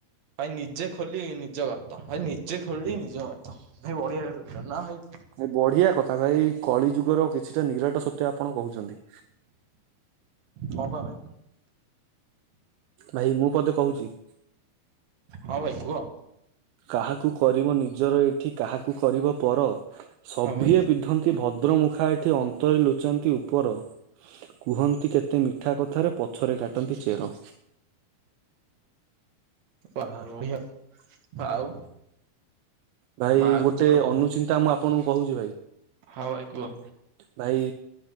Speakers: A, on the right; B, on the right.
A: ଭାଇ ନିଜେ ଖୋଲି ନିଜ ଗାତ ଭାଇ ନିଜେ ଖୋଲି ନିଜ ଗାତ ଭାଇ ବଢ଼ିଆ କଥା ଥିଲା ନାଁ ଭାଇ
B: ବଢିଆ କଥା ଭାଇ କଳି ଯୁଗର କିଛିଟା ନିରାଟ ସତ୍ୟ ଆପଣ କହୁଚନ୍ତି।
A: ହଁ ପା ଭାଇ।
B: ଭାଇ ମୁଁ ପଦେ କହୁଚି?
A: ହଁ ଭାଇ କୁହ?
B: କାହାକୁ କରିବ ନିଜର ଏଇଠି କାହାକୁ କରିବ ପର ସଭିଏଁ
A: ହଁ ଭାଇ
B: ପିଧ ଭଦ୍ରମୁଖା ଏଠି ଅନ୍ତରେ ଲୁଚାନ୍ତି ଉପର କୁହନ୍ତି କେତେ ମିଠା କଥାରେ ପଛରେ କାଟନ୍ତି ଚେର।
A: ବା ବଢ଼ିଆ ଆଉ
B: ଭାଇ
A: ଆଉ
B: ଗୋଟେ
A: କିଛି କୁହ
B: ଅନୁଚିନ୍ତା ମୁଁ ଆପଣଙ୍କୁ କହୁଚି ଭାଇ?
A: ହଁ ଭାଇ କୁହ
B: ଭାଇ